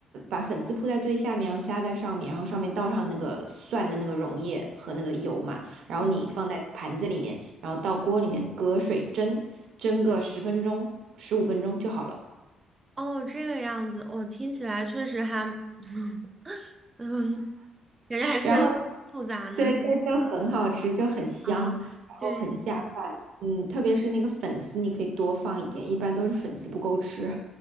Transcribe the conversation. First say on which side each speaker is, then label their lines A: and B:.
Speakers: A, on the right; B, on the right.
A: 把粉丝铺在最下面，然后虾在上面，然后上面倒上那个蒜的那个溶液和那个油嘛。然后你放在盘子里面，
B: 嗯
A: 然后到锅里面隔水蒸，蒸个十分钟、十五分钟就好了。
B: 哦，这个样子，我、听起来确实还，<laughs> 嗯，感觉还是有点复杂呢。
A: 然后 <laughs> 对，就就很好吃，就很香，
B: 啊，
A: 然后很下饭。
B: 对对对，
A: 嗯，特别是那个粉丝，你可以多放一点，一般都是粉丝不够吃。